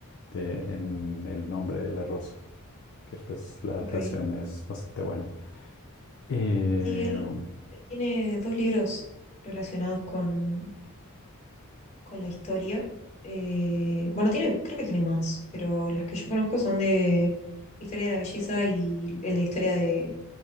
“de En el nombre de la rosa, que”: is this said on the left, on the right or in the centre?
Left